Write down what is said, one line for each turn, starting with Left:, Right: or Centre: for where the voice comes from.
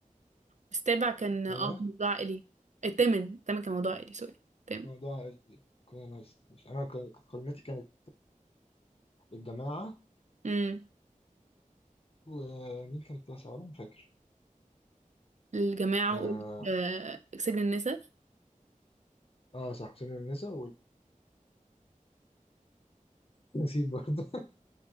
Right: السابع كان اه
Left: ايوه
Right: كان موضوع عائلي الثامن الثامن كان موضوع عائلي سوري الثامن
Left: موضوع عائلي كنا ناس مش انا كان- كانت قائمتي كانت الجماعة
Right: امم
Left: ومين كان التاسع ولا مش فاكر
Right: الجماعه
Left: آه,
Right: وقلت آه سجن النساء
Left: اه صح سجن النساء نسيت برضه <laughs>